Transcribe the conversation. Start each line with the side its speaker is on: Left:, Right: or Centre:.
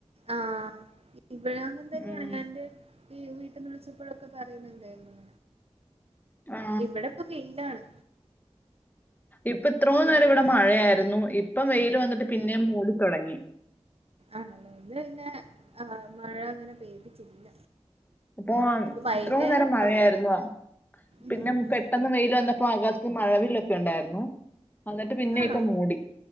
Right: ആഹ് ഇവടൊം അങ്ങൻതെന്നെണ്
Left: ഉം
Right: ഞാന്റെ ഈ വീട്ട്ന്ന് വിളിച്ചപ്പോഴൊക്കെ പറയുന്നുണ്ടായിരുന്നു
Left: ആ
Right: ഇവടെ പ്പൊ വെയിലാണ്.
Left: ഇപ്പ ഇത്രോ നേരം
Right: ഇന്ന്
Left: വടെ മഴയായിരുന്നു ഇപ്പം വെയില് വന്നിട്ട് പിന്നെം മൂടിത്തൊടങ്ങി.
Right: ആണല്ലേ, ഇന്ന് പിന്നെ ആ മഴ അങ്ങനെ പെയ്തിട്ടില്ല.
Left: ഇപ്പൊൻ
Right: ഇനിയിപ്പോ വൈന്നേരം
Left: എത്രോ നേരം
Right: ഇണ്ടാവും
Left: മഴയായ്ര്ന്ന പിന്നെ
Right: ഉം
Left: പെട്ടെന്ന് വെയില് വന്ന പ്പൊ ആകാശത്ത് മഴവിലൊക്കെണ്ടായിരുന്നു. അന്നട്ട് പിന്നെ
Right: ആണോ
Left: ഇപ്പൊ മൂടി